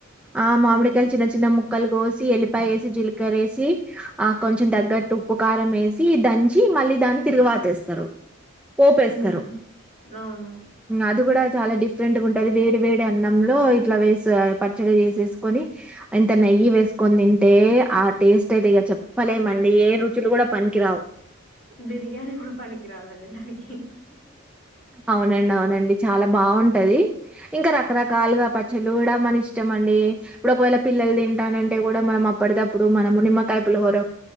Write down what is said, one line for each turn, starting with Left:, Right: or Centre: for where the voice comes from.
Centre: ఆ మామిడికాయ
Left: అవును
Centre: చిన్న చిన్న ముక్కలు కోసి ఎల్లిపాయ ఏసి, జీలకర్రేసి ఆ కొంచెం తగ్గట్టు ఉప్పు కారం ఏసి దం చి మళ్ళీ దాన్ని తిరుగువాతేస్తరు. పోపేస్తరు.
Left: ఉమ్ అవును
Centre: అది కూడా చాలా డిఫ డిఫరెంట్ గా ఉంటది. వేడి వేడి అన్నంలో ఇట్లా వేసి పచ్చడి చేేసేసుకొని యింత నెయ్యి వేస్కొని తిం అంటే ఆ టేస్ట్ అయితే ఇగ చెప్పలేమండి. ఏ రుచులు కూడా పనికిరావు.
Left: బిర్యానీ కూడా పనికిరాదు అండి దానికి.
Centre: అవునండి అవునండి చాలా బావుంటది. ఇంకా రకరకాలుగా పచ్చళ్ళు కూడా మన ఇష్ట ష్టంమండి. ఇప్పుడు ఒకవేళ పిల్లలు తింటానంటే కూడా మనం అప్పటిదప్పుడు మనము నిమ్మకాయపులిహోర